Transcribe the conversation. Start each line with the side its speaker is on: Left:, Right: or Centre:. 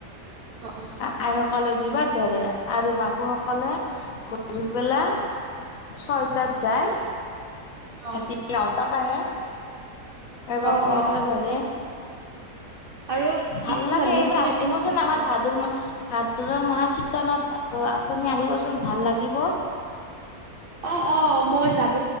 Right: অ
Left: আই সকলে দুবাৰ ধৰে। আৰু বাপুসকলে ঘূৰিবেলা ছয়টাত যায়।
Right: অ
Left: তিয়া লওতাত আহে আৰু বাপু
Right: অ অ অ
Left: সকলে ধৰে।
Right: আৰু কৃষ্ণ
Left: ভাল লাগে
Right: জন্মাষ্টমীৰ
Left: এইবাৰ আহিবচোন
Right: দিনা
Left: আমাৰ
Right: অ
Left: ভাদুৰ মা ভাদ মহ কীৰ্তনত আপুনি আহিবচোন ভাল লাগিব।
Right: অ অ মই যাব